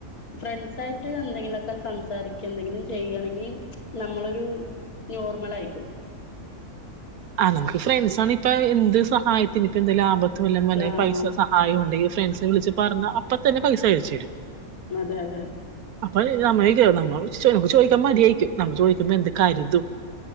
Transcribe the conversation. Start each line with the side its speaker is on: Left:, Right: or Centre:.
Left: ഫ്രണ്ട്സായിട്ട് എന്തെങ്കിലൊക്കെ ക്കെ സംസാരിക്ക എന്തെങ്കിലും ചെയ്യണെങ്കിൽ നമ്മളൊരു നോർമൽ ആയിരിക്കും.
Right: ആന്ന് നമ്മുക്ക് ഫ്രണ്ട്സ്സാണ് ഇപ്പൊ എന്ത് സഹായത്തിന് ഇപ്പ എന്തേലും ആപത്ത് വല്ല
Left: ആഹ്
Right: പൈസ സഹായം ഉണ്ടെിൽ ഫ്രണ്ട്സിനെ വിളിച്ച് പറഞ്ഞ അപ്പ തന്നെ പൈസ അയച്ചു തരും.
Left: അതെ അതെ
Right: അപ്പ നമ്മ നമ്മക്ക് ചോദിക്കാൻ മടിയായിക്കും നമ്മ ചോദിക്കുമ്പോ എന്ത് കാര്യം